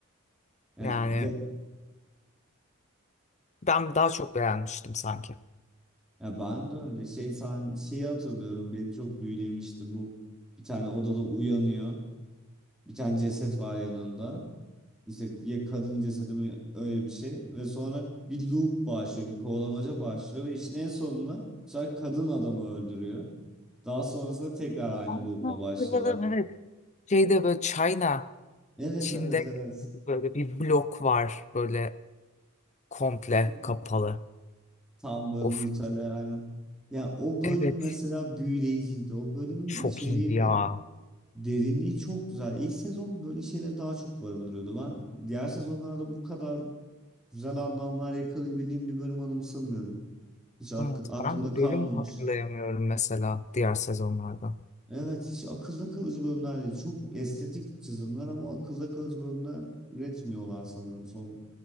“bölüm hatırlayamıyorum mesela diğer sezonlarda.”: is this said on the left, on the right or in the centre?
Left